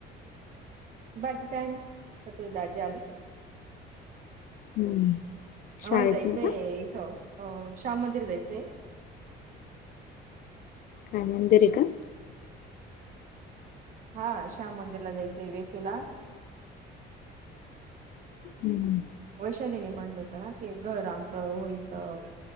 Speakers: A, on the right; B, on the left.
A: बाकी काय नाही, तुझे दाजी आले.
B: हम्म.
A: होय
B: शाळेत
A: जायचंय
B: ना का
A: इथं, अ श्याम मंदिर जायचंय.
B: खान्यांदरी का?
A: हा श्याम मंदिरला जायचंय वेसूला.
B: हम्म हम्म.
A: वैशालीने म्हणलं होत ना की घर, आमचं होईल तवं.